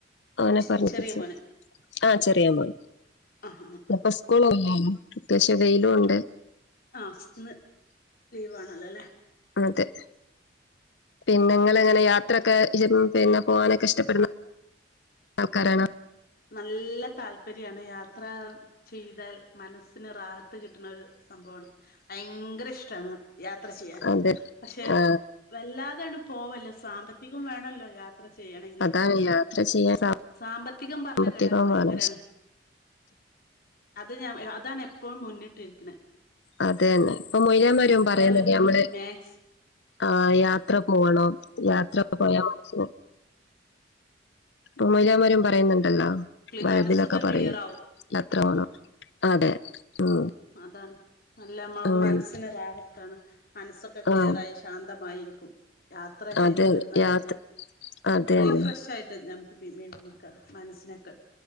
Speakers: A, on the left; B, on the left.
A: അങ്ങനെ
B: ചെ
A: പറഞ്ഞിപ്പിച്ച
B: ചെറിയ മോന്
A: ആഹ് ചെറിയാ മോൻ
B: ആ ആ
A: പ്പോ സ്കൂളൊന്നും അത്യാവശ്യം വെയിലും ഉണ്ട്
B: ആഹ് ന്ന് ലീവ് ആണല്ലോല്ലെ
A: അതെ പിന്നെ നിങ്ങളെങ്ങനെ യാത്രെക്കെ പിന്നെ പോവാനൊക്കെ ഇഷ്ടപ്പെടുന്ന ആൾക്കാരാണ്
B: നല്ല താല്പര്യാണ് യാത്ര ചെയ്താൽ മനസ്സിന് റാഹത്ത് കിട്ടണൊരു സംഭവൊണ് ഭയങ്കര ഇഷ്ടാണ് യാത്ര ചെയ്യാൻ
A: അതെ
B: പക്ഷെ
A: ആ,
B: വല്ലാതാണ് പോവല്ല് സാമ്പത്തികം വേണല്ലോ യാ ത്ര ചെയ്യണെങ്കിൽ
A: അതാണ് യാത്ര ചെയ്യാൻ
B: സാമ്പത്തികം
A: സാമ്പത്തികവുമാണ്
B: പറഞ്ഞ ഘടകം ഭയങ്കരാണ് അത് ഞാൻ അതാണ് എപ്പോഴും മുന്നിട്ടിരിക്ക്ണ്
A: അതന്നെ ഇപ്പൊ മൊയ്ലാന്മാരും പറയുന്നില്ലേ
B: വരുന്നോണ്ട്
A: നമ്മള്
B: മാക്സ്
A: ആഹ് യാത്ര പോണം യാത്രക്ക പോയാ മനസ പ്പോ മൊയിലിയാന്മാരും പറയുന്നുണ്ടല്ലോ വയ്
B: മനസ്സൊക്കെ
A: ഇതിലൊക്കെ പറയും
B: ക്ലിയർ ആവും
A: <unintelligible>
B: ഉം
A: അതെ ഉം
B: അതാണ് അല്ല മ്മള
A: അങ്ങനെ
B: മനസ്സിന് റാഹത്താണ് മനസ്സൊക്കെ ക്ലിയർ
A: ആഹ്
B: ആയി ശാന്തമായിരിക്കും യാത്ര ചെയ്ത്
A: അത്
B: വന്ന്
A: യാത്ര
B: കഴിഞ്ഞാൽ
A: അതന്നെ
B: റീഫ്രഷായിട്ട് നമുക്ക് വീണ്ടും നിൽക്കുക മനസ്സിനൊക്കെ